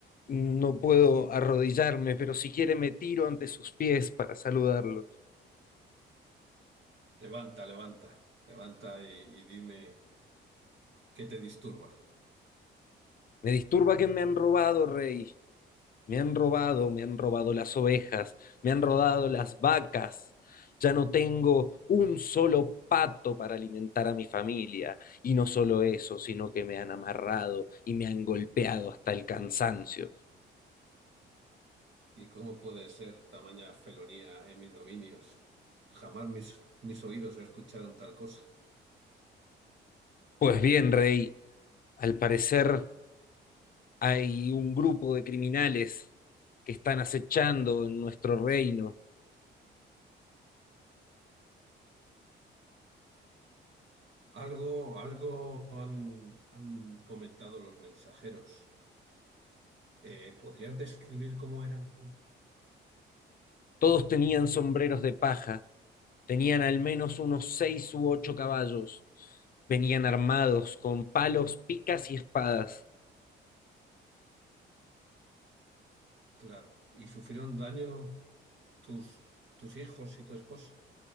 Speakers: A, on the left (about 45°); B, on the right (about 65°).
A: no puedo arrodillarme, pero si quiere me tiro ante sus pies para saludarlo.
B: Levanta, levanta, levanta y, y dime qué te disturba
A: Me disturba que me han robado, rey. Me han robado, me han robado las ovejas, me han robado las vacas. Ya no tengo un solo pato para alimentar a mi familia. Y no solo eso, sino que me han amarrado y me han golpeado hasta el cansancio.
B: y cómo puede ser tamaña felonía en mis dominios. Jamás mis, mis oídos escucharon tal cosa.
A: Pues bien, rey, al parecer hay un grupo de criminales que están acechando en nuestro reino.
B: Algo, algo han, han comentado los mensajeros. Eh, ¿podrías describir cómo eran?
A: Todos tenían sombreros de paja Tenían al menos unos seis u ocho caballos. Venían armados con palos, picas y espadas.
B: Claro. ¿Y sufrieron daño tus, tus hijos y tu esposa?